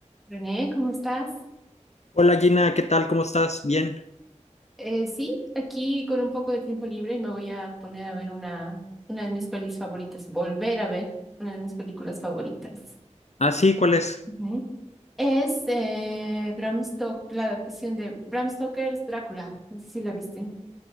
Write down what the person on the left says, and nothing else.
Hola Gina, ¿qué tal? ¿Cómo estás? Bien.
Ah, sí, ¿cuál es?